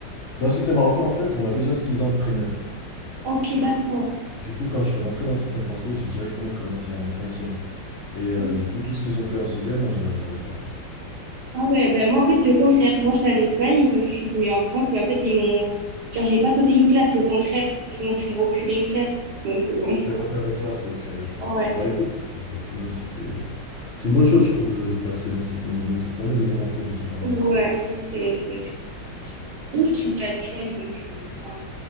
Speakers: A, on the left; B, on the right.
A: Dans le système marocain, en fait, on a déjà 6 ans de primaire.
B: Ok, d'accord.
A: Du coup, quand je suis rentré dans le système français, j'ai directement commencé en cinquième. Et euh,
B: Ok.
A: du coup, tout ce qu'ils ont fait en sixième, moi, je je l'avais pas fait.
B: Ah ouais, ben moi en fait c'est au contraire. Moi j'étais en Espagne et quand je suis venue en France, ben, en fait ils m'ont... Genre j'ai pas sauté une classe et au contraire ils m'ont fait reculer une classe. Donc euh, bon.
A: Je vais refaire des classes, ok, je vois.
B: Ouais,
A: Bah
B: c'est
A: écoute, euh, au final, c'est euh, c'est
B: cool.
A: une bonne chose, je trouve, de, de passer d'un système à un autre. Ça te permet de voir un peu les différences.
B: Ouais,
A: euh.
B: oui c'est vrai, c'est vrai. c'est vrai. Ok, bah tu l'as eu bon, je comprends.